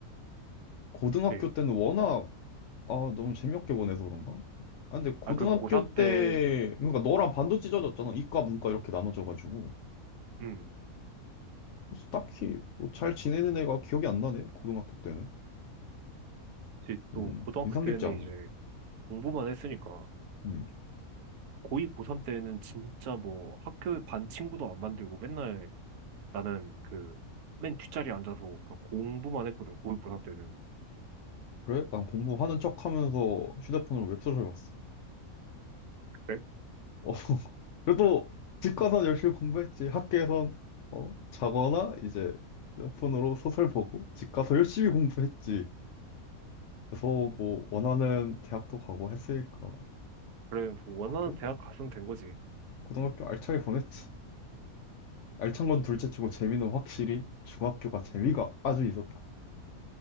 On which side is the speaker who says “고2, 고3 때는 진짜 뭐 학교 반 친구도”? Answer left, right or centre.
Right